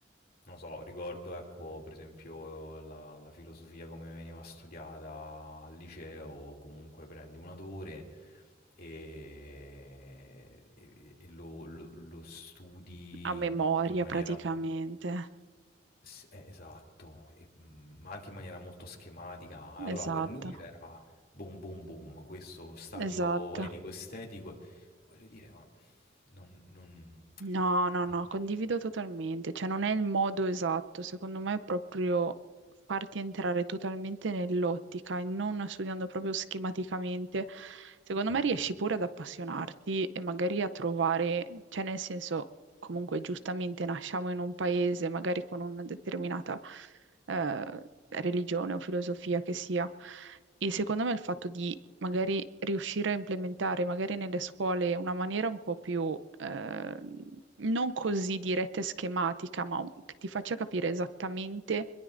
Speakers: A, on the left; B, on the right.
A: non so, ricordo, ecco, per esempio la, la filosofia come veniva studiata al liceo, comunque prendi un autore e, e- e lo, lo- lo studi
B: A memoria
A: in maniera
B: praticamente.
A: S eh, esatto, e, mhmm, ma anche in maniera molto schematica. Allora
B: Esatto,
A: per lui c'era boom, boom, boom, questo stadio
B: esatto.
A: etico, estetico, voglio dire, ma non non
B: No, no,
A: non
B: no,
A: capisci.
B: condivido totalmente, cioè non è il modo esatto, secondo me è proprio farti entrare totalmente nell'ottica e non studiando proprio schematicamente, secondo
A: Mh-mh,
B: me riesci pure ad appassionarti e magari a trovare, cioè nel senso, comunque giustamente nasciamo in un paese magari con una determinata eh, religione o filosofia che sia. E secondo me il fatto di magari riuscire a implementare magari nelle scuole una maniera un po' più eh, non così diretta e schematica, ma un- che ti faccia capire esattamente